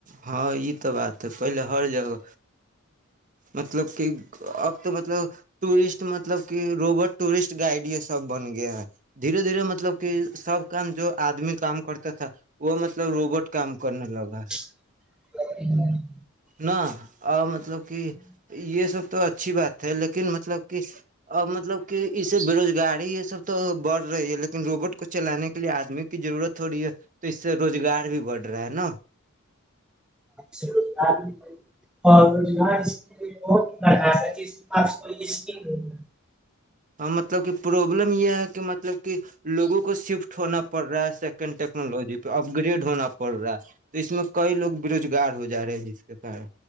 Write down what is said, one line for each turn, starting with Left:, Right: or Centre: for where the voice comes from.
Right: ہاں یہ تو بات ہے پہلے ہر جگہ مطلب کہ اب تو مطلب ٹورسٹ مطلب کہ روبٹ ٹورسٹ گائڈ یہ سب بن گیا ہے دھیرے دھیرے مطلب کہ سب کام جو آدمی کام کرتا تھا وہ مطلب مطلب روبوٹ کام کرنے لگا
Centre: ہ
Right: نہ اور مطلب کہ یہ سب تو اچھی بات ہے لیکن مطلب اور مطلب کہ اس سے بےروزگاری یہ سب تو بڑ رہی ہے لیکن روبوٹ کو چلانے کے لیے آدمی کی ضرورت ہو رہی ہے تو اس سے روزگار بھی بڑھ رہا ہے نا
Centre: سے روزگار ملتا <unintelligible>
Right: ہاں مطلب کہ پروبلم یہ ہے کہ مطلب کہ لوگوں کو شفٹ ہونا پڑ رہا ہے سیکنڈ ٹیکنالوجی پہ اپگریڈ ہونا پڑ رہا ہے تو اس میں کئی لوگ بےروزگار ہو جا رہے ہیں جس کے کارن